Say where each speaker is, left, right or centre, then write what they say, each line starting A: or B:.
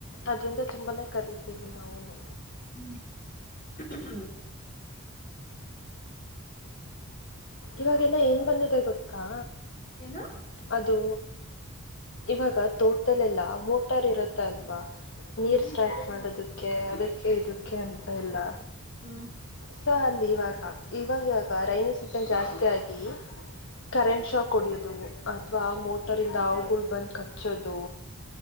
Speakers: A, on the left; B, on the left.
A: ಅದ್ರಿಂದ ತುಂಬಾನೇ ಕಲಿತಿವಿ ನಾವುನು.
B: ಹ್ಮ್. <unintelligible>
A: ಇವಾಗೆಲ್ಲ ಏನ್ ಬಂದಿದೆ ಗೊತ್ತಾ.
B: ಏನು
A: ಅದು ಇವಾಗ ತೋಟ್ದಲ್ಲೆಲ್ಲ ಮೋಟಾರ್ ಇರತ್ತ ಅಲ್ವಾ.
B: ಹ್ಮ್
A: ನೀರ್ ಸ್ಟಾರ್ಟ್ ಮಾಡೋದಕ್ಕೆ ಅದಕ್ಕೆ ಕ್ಕೆ ಇದಕ್ಕೆ ಅಂತ ಎಲ್ಲ
B: ಹ್ಮ್
A: ಸ ಅಲ್ಲಿ ಇವಾಗ ಇವಾಗ ಇವಾಗ ರೈನಿ ಸಿ ಸನ್ ಜಾಸ್ತಿಯಾಗಿ ಕರೆಂಟ್ ಶಾಕ್ ಹೊಡಿಯೋದು, ಅಥವಾ ಆ ಮೋಟರ್ ಇಂದ ಹಾವುಗಳು ಬಂದ್ ಕಚ್ಚೋದು